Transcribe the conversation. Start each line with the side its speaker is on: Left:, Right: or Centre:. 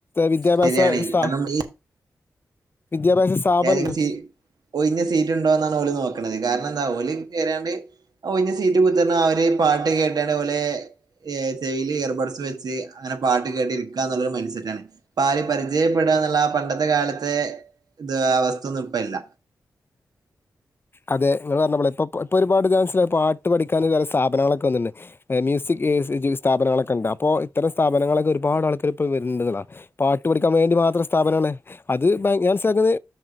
Left: വിദ്യാഭ്യാസ
Right: ശരിയാണ്
Left: സ്ഥാ
Right: കാരണം ഈ
Left: വിദ്യാഭ്യാസ സ്ഥാപന
Right: ഏതെങ്കിലും സിഒഴിഞ്ഞ സീറ്റ് ഉണ്ടോന്നാണ് ഓല് നോക്കണത് കാരണം എന്താ ഓല് കേറ്യണ്ട് ഒഴിഞ്ഞസീറ്റ് കുത്തി ർന്നാണ്ട്ആര് പാട്ട് കേട്ടാണ്ട്പോലെ സെവിൽ കേറും പോ ട്സ് വെച്ച് അങ്ങനെ പാട്ട് കേട്ടിരിക എന്നുള്ളരു മൈ സെറ്റ് ആണ് ആര് പരിചയപ്പെട്യ എന്നുള്ള ആ പണ്ടത്തെ കാലത്ത് അതെ ഇത് അവസ്ഥയൊന്നും ഇപ്പഴലില്ല.
Left: അതെ നിങ്ങൾ പറഞ്ഞപ്പോള് ഇപ്പ ഇപ്പോഒരുപാട് ചാൻസ പാട്ട് പഠിക്കാ പല സ്ഥാപനങ്ങളൊക്കെ വന്നുണ്ട്. മ്യൂസിക് സ്പനങ്ങളൊക്കെ ഉണ്ട് അപ്പോ ഇത്തരം സ്ഥാപനങ്ങൾ ഒക്കെ ഒരുപാട് ആൾക്കാർ ഇപ്പോൾ വരണ്ടതാണ് പാട്ട് പഠിക്കാൻ വേണ്ടി മാത്രം സ്ഥാപനമാണ്. അത് ഞാൻ മനസിലാക്കുന്നത്